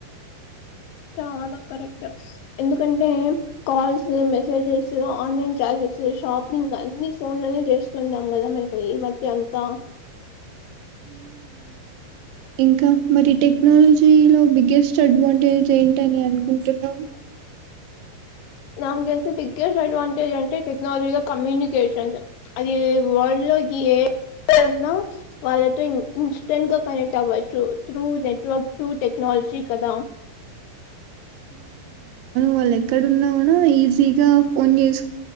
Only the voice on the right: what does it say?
ఇంక మరి టెక్నాలజీలో బిగ్గెస్ట్ అడ్వాంటేజ్ ఏంటని అనుకుంటున్నావు
వాళ్ళ ఎక్కడున్నా గూడ ఈజీగ ఫోన్ చేసు